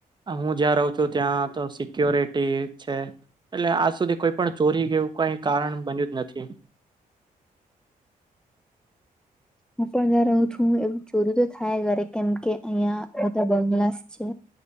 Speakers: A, on the right; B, in the centre.
A: હું જ્યા રહુ છુ ત્યાં તો સિક્યોરિટી છે. એટલે આજ સુધી કોઈ પણ ચોરી કેવું કઈ કારણ બન્યું જ નથી.
B: હું પણ જ્યાં રહુ છુ એવુ ચોરી તો થાય ઘરે કેમ કે અહિયા બધા બંગલાસ છે.